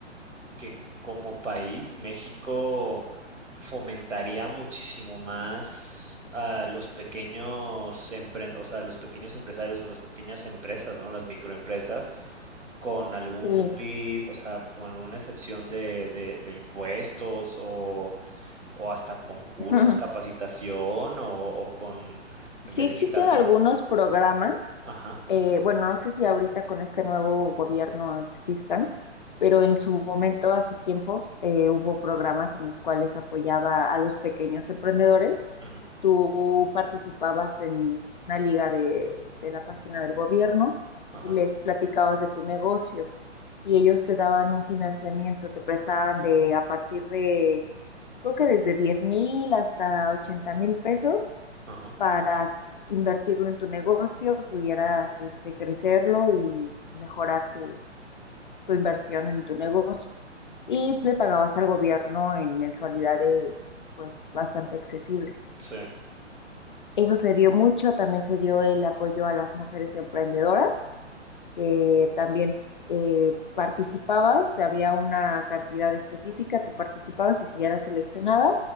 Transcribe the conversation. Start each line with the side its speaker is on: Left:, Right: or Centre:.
Right: que como país México fomentaría muchísimo más a los pequeños empren- o sea, los pequeños empresarios o las pequeñas empresas, ¿no? Las microempresas con algún
Left: Sí.
Right: lib, o sea, con alguna excepción de, de, de impuestos o o hasta con cursos,
Left: <laughs>
Right: capacitación, o, o con, en
Left: Sí
Right: vez
Left: existen
Right: de quitarte,
Left: algunos
Right: im-
Left: programas,
Right: ajá,
Left: eh, bueno, no sé si ahorita con este nuevo gobierno existan, pero en su momento, hace tiempos, eh, hubo programas en los cuales apoyaba a los pequeños emprendedores.
Right: ujú,
Left: Tú participabas en una liga de, de la página del gobierno
Right: ajá,
Left: y les platicabas de tu negocio y ellos te daban un financiamiento, te prestaban de a partir de, creo que desde diez mil hasta ochenta mil pesos
Right: ajá,
Left: para invertirlo en tu negocio, pudieras este, crecerlo y mejorar tu, tu inversión en tu negocio. Y le pagabas al gobierno en mensualidades pues bastante accesibles.
Right: sí,
Left: Eso se dio mucho, también se dio el apoyo a las mujeres emprendedoras eh, también eh, participabas, había una cantidad específica, tú participabas y si eras seleccionada,